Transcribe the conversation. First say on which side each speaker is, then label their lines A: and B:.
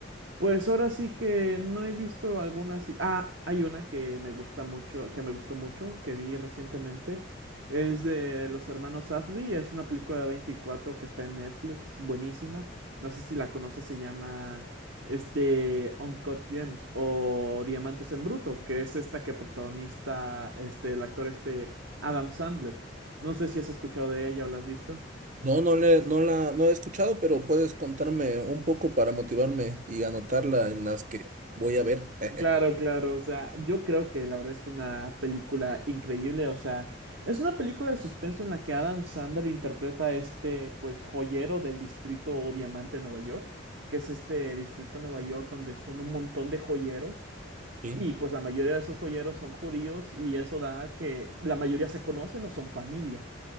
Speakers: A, on the right; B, on the right.
A: Pues ahora sí que no he visto alguna así. Ah, hay una que me gusta mucho, que me gustó mucho, que vi recientemente. Es de los hermanos Safdie. Es una película de 24 que está en Netflix, buenísima. No sé si la conoces, se llama este Uncut Gems o Diamantes en Bruto, que es esta que protagonista este el actor este Adam Sandler. No sé si has escuchado de ella o la has visto.
B: No, no le, no la, no he escuchado, pero puedes contarme un poco para motivarme y anotarla en las que voy a ver. <laughs>
A: Claro, claro, o sea, yo creo que la verdad es una película increíble, o sea, es una película de suspenso en la que Adam Sandler interpreta a este, pues, joyero del distrito o diamante de Nueva York, que es este distrito de Nueva York donde son un montón de joyeros
B: Sí.
A: y pues la mayoría de esos joyeros son judíos y eso da que la mayoría se conocen o son familia.